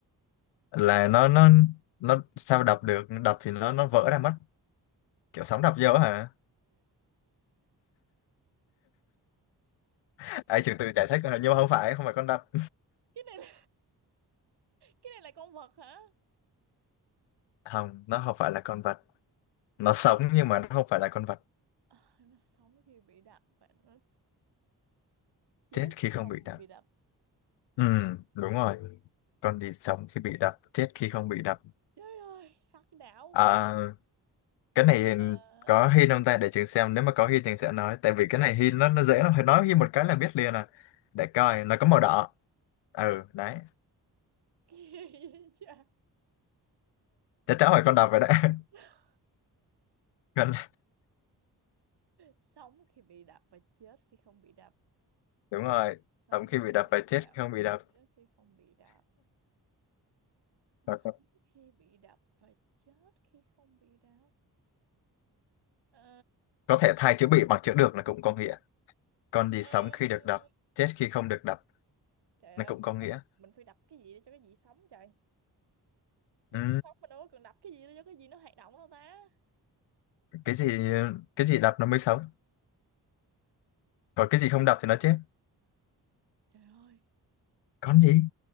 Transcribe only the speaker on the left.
là nó nó nó sao đập được đập thì nó nó vỡ ra mất kiểu sóng đập vô hả <laughs> ai trừ từ giải thích rồi, nhưng mà không phải không phải con đập
không nó không phải là con vật nó sống nhưng mà nó không phải là con vật
chết khi
không
bị đập
ừ đúng rồi con gì sống khi bị đập chết khi không bị đập
à, cái này
có hin
không ta để trường xem nếu mà có hin trường sẽ nói tại vì cái này hin nó nó dễ lắm phải nói hin một cái là biết liền à để coi nó có màu đỏ ừ đấy
chắc chắn phải con đập rồi đấy <laughs>
Con-
đúng rồi
sống khi bị đập
phải
chết
khi không
bị đập
Hoặc
có thể thay chữ bị bằng chữ được là cũng có nghĩa con gì
sống khi được đập chết khi không được đập
nó
cũng
có nghĩa
ừ.
cái gì cái gì đập nó mới sống còn cái gì không đập thì nó chết
con gì